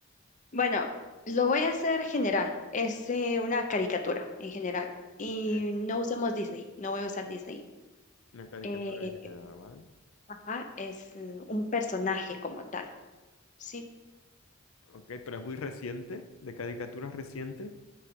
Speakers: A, on the left; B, on the left.
A: Bueno, lo voy a hacer general. Es eh, una caricatura en general. Y
B: Ok.
A: no usamos Disney. No voy a usar Disney.
B: Una caricatura
A: Eh,
B: en general, ¿vale?
A: ajá, es eh, un personaje como tal. Sí.
B: Ok, pero es muy reciente, de caricaturas recientes.